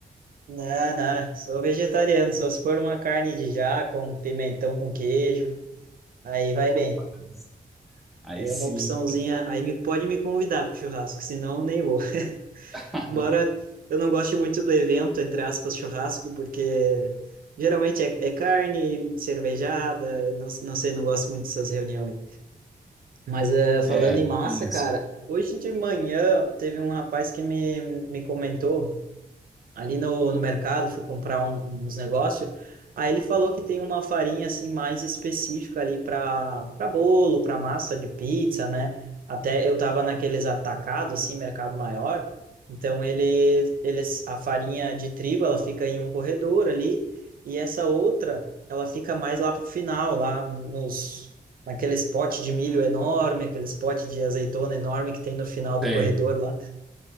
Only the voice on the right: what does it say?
Não, não, sou vegetariano, só se for uma carne de jaca, um pimentão com queijo, aí vai bem.
É
uma opçãozinha, aí me, pode me convidar pro churrasco, senão nem vou. <laughs>
Embora eu não goste muito do evento, entre aspas, churrasco, porque geralmente é, é carne, cervejada, não, não sei, não gosto muito dessas reuniões. Mas eh, falando
em massa,
cara, hoje de manhã teve um rapaz que me, me comentou ali no, no mercado, fui comprar um- uns negócios. Aí ele falou que tem uma farinha assim mais específica ali para para bolo, para massa de pizza, né? Até eu tava naqueles atacados assim, mercado maior. Então ele, eles a farinha de trigo, ela fica em um corredor ali e essa outra, ela fica mais lá pro final, lá nos naqueles potes de milho enorme, aqueles potes de azeitona enorme que tem no final do
corredor lá